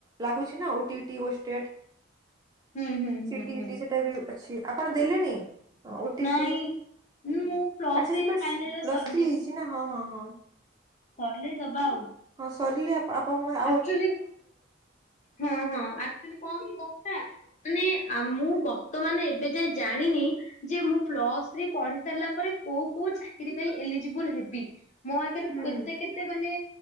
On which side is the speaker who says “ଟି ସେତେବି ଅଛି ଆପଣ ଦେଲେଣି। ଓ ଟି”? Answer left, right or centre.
Right